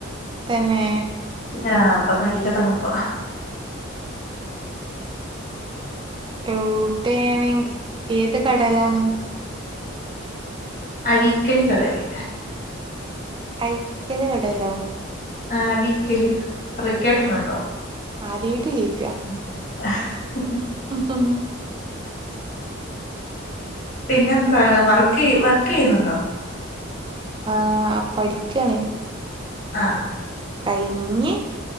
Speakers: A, on the right (about 25°); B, on the left (about 40°).
A: തെന്നേ
B: ആ അപ്പം നല്ലതണുപ്പാ
A: ഡ്യൂട്ടിചെയ്യണേ ഏത് കടേലാണ്
B: അഴീക്കല് കടേല്
A: അയിക്കല് കടേലോ
B: ആ അഴീക്കല് അവ് കേട്ടിട്ടുണ്ടോ
A: ആദ്യായിട്ട് കേക്കാ
B: <inaudible>
A: ഓ ഹോ ഹൊ
B: പിന്നെന്താണ് വർക്ക് വർക്കുചെയ്യുന്നുണ്ടോ
A: ആ പഠിക്ക്യാണ്
B: ആ
A: കയിഞ്ഞ്